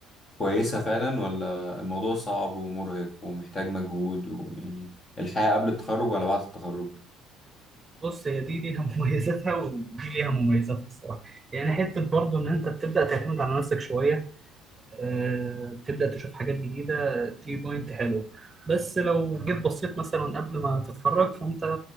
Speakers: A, on the left; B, on the right.
A: كويسه فعلا ولا الموضوع صعب ومرهق ومحتاج مجهود ويعني الحياه قبل التخرج ولا بعد التخرج
B: بص هي دي ليها <laughs> مميزاتها ودي ليها مميزاتها الصراحه يعني حته برضو ان انت بتبدا تعتمد على نفسك شويه أه تبدا تشوف حاجات جديده دي بوينت حلوه بس لو جيت بصيت مثلا قبل ما تتخرج فانت